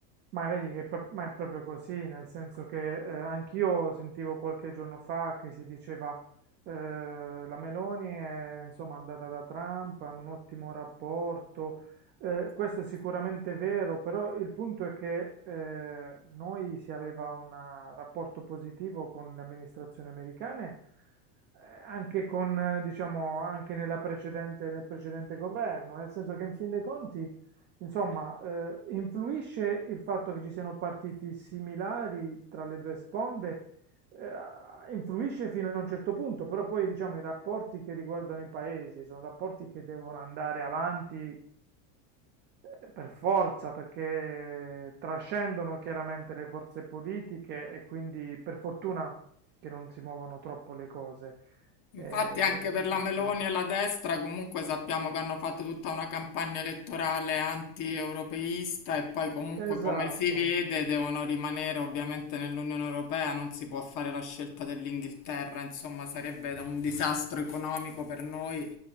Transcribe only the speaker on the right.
Ma vedi che è pro- ma è proprio così, nel senso che eh, anch'io sentivo qualche giorno fa che si diceva eh, la Meloni è insomma andata da Trump, hanno un ottimo rapporto. Eh, questo è sicuramente vero, però il punto è che eh, noi si aveva un eh, rapporto positivo con le amministrazioni americane, eh, anche con, eh, diciamo, anche nella precedente, nel precedente governo, nel senso che in fin dei conti. Insomma, eh, influisce il fatto che ci siano partiti similari tra le due sponde, eh, influisce fino a un certo punto, però poi diciamo i rapporti che riguardano i paesi sono rapporti che devono andare avanti eh, per forza, perché trascendono chiaramente le forze politiche e quindi per fortuna che non si muovono troppo le cose.
Eh,
sì.
Esatto,